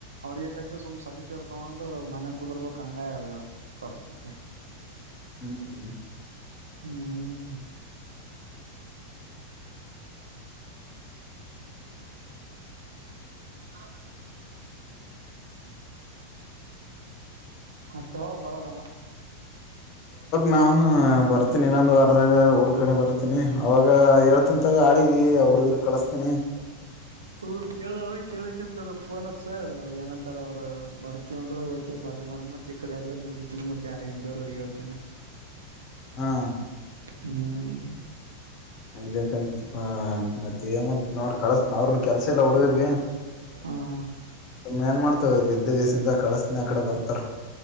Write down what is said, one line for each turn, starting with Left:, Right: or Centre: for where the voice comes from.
Right: ಅವಿಗೆ ಕಟ್ಟಿ ಸುಮ್ಮ್ ಸರ್ಟಿಫಿಕೇಟ್ ತಗೊಂಡು ಮನೆ ಕುದುರ್ಬೇಕು ಹಂಗಾಗಿ ಅದ ಪರಿಸ್ಥಿತಿ
Left: ಹ್ಮ್
Right: ಹ್ಮ್ ಹ ಮ ತವಾ ಬರದಣ
Left: ಮಾ್ ಭರತ್ ನಿನಾಂತ ಬರದಾಗ ಕಡೆ ಬರ್ತೀನಿ ಅವಾಗ ಹೇಳ್ತನ್ಾಗ ಆಳಿಗೆ ಅವ ಹುಡುಗರು ಕಳಸ್ತೀನಿ
Right: ಹ್ಮ ಕೇಳಲ್ಲ ಕೇಳಿಕತಾರ ಫೋನ್ ಹತ್ಸ ಏನಂತಾರ ಅವ್ರು ಬರ್ತವಂದ್ರೆ ಓಕೆ ಬರ್ದಿಲ್ಲ ಅಂದ್ರೆ ಮತ್ತೆ ಈ ಕಡೆ ಎಲ್ಲೂ ನಡಿತೀನಿ ಮತ್ತೆ ಯಾರಿಗನ್ ಬೇರೋ್ರಿಗೆ ಹೋಗ್ತನಿ
Left: ಹಾ
Right: ಹ್ಮ್
Left: ಹಂಗಬೇಕಂತ ಮತ್ತೆ ಏನ್ ಮಾಡ್ ನೋಡ್ ಕಳಸನ ಅವ್ರನ್ ಕೆಲ್ಸ ಇಲ್ಲ ಹುಡುಗರ್ಿಗೆ
Right: ಹಾ ಹಾ
Left: ತ್ ಏನ್ ಮಾಡ್ತವ ಇ ಇದ್ದ ದಿವಸಿಂದ ಕಳಸನ ಆ ಕಡೆ ಬರ್ತಾರ